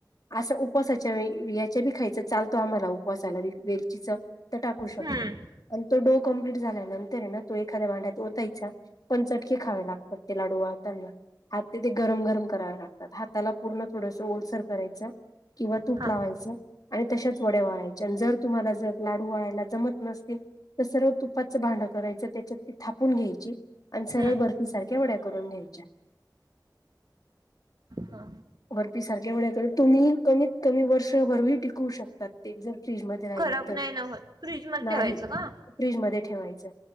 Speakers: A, on the left; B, on the right.
A: असं उपवासाच्या याच्या बी खायचं चालतो आम्हाला, उपवासालाी वेलचीच. तर टाकू शकतो
B: हं.
A: आणि तो डो कमप्लीट झाल्यानंतर ना, तो एखाद्या भांड्यात ओतायचा. पण चटकीे खावे लागतात ते लाडू वळताना त्यांना. <inaudible> ते ते गरम गरम करावे लागतात हाताला पूर्ण थोडस ओलसर करायचं किंवा तूप
B: हा
A: लावायचं आणि तशाच वडया वळायचे आणि जर तुम्हाला जर लाडू वळायला जमत नसतील तर सर्व तुपाचं भांडं करायचं त्याच्यात ती थापून घ्यायची आणि सरळ
B: हं.
A: बर्फी सारख्या वढ्या करून घ्यायच्या
B: हा
A: बर्फी सारख्या करून तर, तुम्ही कमीत कमी वर्षभर ही टिकवू शकतात. ते जर फ्रीजमध्ये राहिले
B: खराब
A: तर
B: नाही ना होत. फ्रीजमध्ये
A: नाही.
B: ठेवायचं का?
A: फ्रीजमध्ये ठेवायचं,